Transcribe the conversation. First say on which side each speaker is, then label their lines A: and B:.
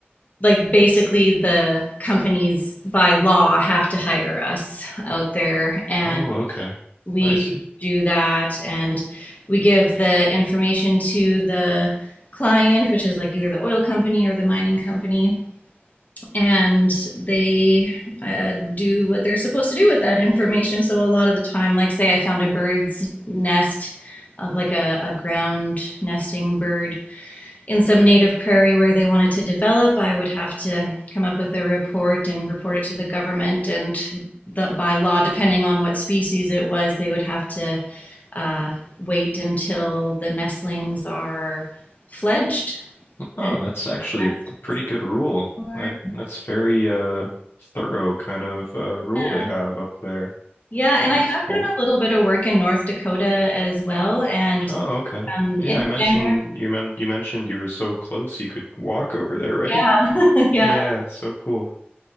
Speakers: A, on the left (about 40°); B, on the left (about 65°).
A: like basically the companies by law have to hire us out there and
B: Oh, okay.
A: we
B: I see.
A: do that and we give the information to the client which is like either the oil company or the mining company and they uh, do what they're supposed to do with that information so a lot of the time like say i found a bird's nest of like a, a ground nesting bird in some native prairie where they wanted to develop, I would have to come up with a report and report it to the government. And the, by law, depending on what species it was, they would have to uh, wait until the nestlings are fledged.
B: Oh,
A: And
B: that's actually
A: that
B: a pretty
A: was
B: good rule.
A: before-
B: I that's very uh thorough kind of uh rule
A: yeah.
B: they have up there.
A: Yeah, and
B: That's
A: I have
B: cool.
A: done a little bit of work in North Dakota as well. And
B: Oh, okay.
A: um,
B: Yeah,
A: in
B: I mentioned
A: general,
B: you mem you mentioned you were so close you could walk over there, right?
A: yeah,
B: <laughs>
A: <laughs> yeah,
B: Yeah, so cool.